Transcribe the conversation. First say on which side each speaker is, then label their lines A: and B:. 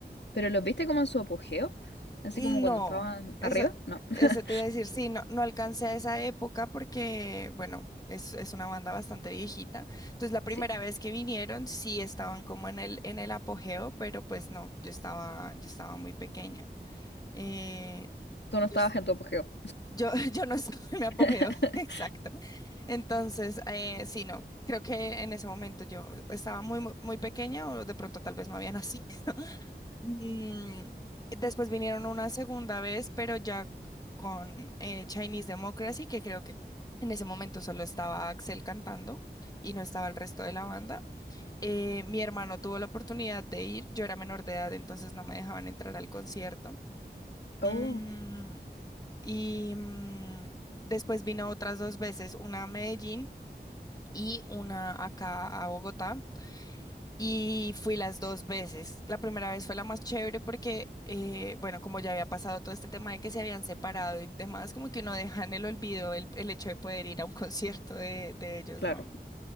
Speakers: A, on the left; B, on the left.
A: ¿Pero los viste como en su apogeo? Así
B: No,
A: como cuando estaban
B: eso,
A: arriba, no, <laughs>
B: eso te iba a decir, sí, no, no alcancé a esa época porque, bueno, es, es una banda bastante viejita. Entonces, la primera
A: sí,
B: vez que vinieron, sí estaban como en el, en el apogeo, pero pues no, yo estaba, yo estaba muy pequeña. Eh,
A: tú
B: yo,
A: no estabas
B: es-
A: en tu apogeo.
B: yo, <laughs> yo no estaba en mi apogeo,
A: <laughs>
B: <laughs> exacto. Entonces, eh, sí, no, creo que en ese momento yo estaba muy, muy, muy pequeña o de pronto tal vez no había nacido. Mm, después vinieron una segunda vez, pero ya con eh, Chinese Democracy, que creo que en ese momento solo estaba Axel cantando y no estaba el resto de la banda. Eh, mi hermano tuvo la oportunidad de ir, yo era menor de edad, entonces no me dejaban entrar al concierto.
A: Oh,
B: Mm, y mm, después vino otras dos veces, una a Medellín y una acá a Bogotá. Y fui las dos veces. La primera vez fue la más chévere porque, eh, bueno, como ya había pasado todo este tema de que se habían separado y demás, como que uno deja en el olvido el, el hecho de poder ir a un <laughs> concierto de, de ellos,
A: claro,
B: ¿no?